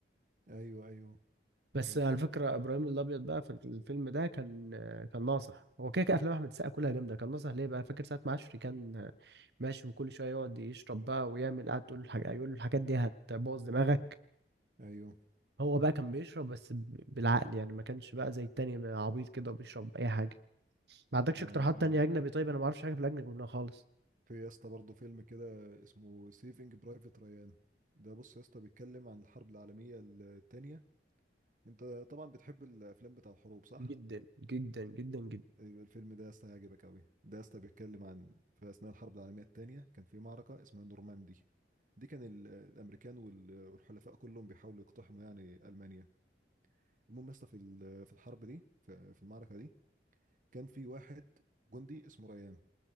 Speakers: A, on the right (about 45°); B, on the right (about 70°).
A: ايوه ايوه
B: بس
A: فاكر
B: على فكرة إبراهيم الأبيض بقى في الفيلم ده كان كان ناصح هو كده كده أفلام أحمد السقا كلها جامدة كان ناصح ليه بقى فاكر ساعة ما عشري كان ماشي وكل شوية يقعد يشرب بقى ويعمل قعد تقول له الحاجة يقول له الحاجات دي هتبوظ دماغك
A: ايوه
B: هو بقى كان بيشرب بس ب- بالعقل يعني ما كانش بقى زي التاني عبيط كده وبيشرب أي حاجة ما عندكش
A: اه
B: اقتراحات
A: ايوه
B: تانية أجنبي طيب أنا ما أعرفش حاجة في الأجنبي خالص
A: في يا اسطى برضه فيلم كده اسمه سيفنج برايفت ريان ده بص يا اسطى بيتكلم عن الحرب العالميه الثانيه انت طبعا بتحب الافلام بتاع الحروب صح
B: جدا جدا جدا جدا
A: أيوة، الفيلم ده يا اسطى هيعجبك قوي ده يا اسطى بيتكلم عن في اثناء الحرب العالميه الثانيه كان في معركه اسمها نورماندي دي كان ال- الامريكان وال- والحلفاء كلهم بيحاولوا يقتحموا يعني المانيا المهم يا اسطى في ال- في الحرب دي في في المعركه دي كان في واحد جندي اسمه ريان